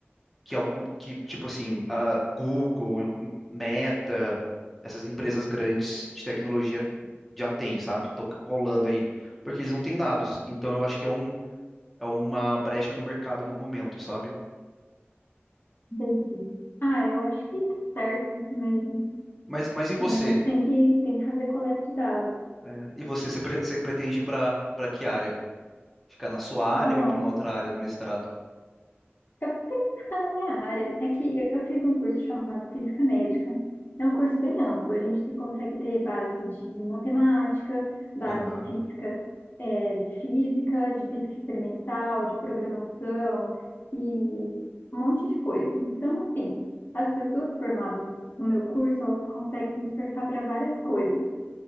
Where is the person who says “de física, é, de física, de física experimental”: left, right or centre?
Left